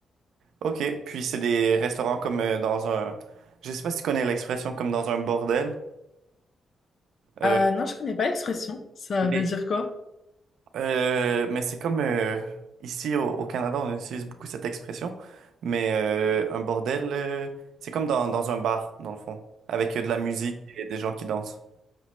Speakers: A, on the right (about 80°); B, on the left (about 45°).
A: Ok, puis c'est des restaurants comme euh, dans un, je sais pas si tu connais l'expression comme dans un bordel. euh,
B: Euh, non, je connais pas l'expression. Ça veut
A: mais
B: dire quoi?
A: Euh, mais c'est comme euh, ici au, au Canada, on utilise beaucoup cette expression, mais euh, un bordel, euh, c'est comme dans, dans un bar, dans le fond, avec euh, de la musique et des gens qui dansent.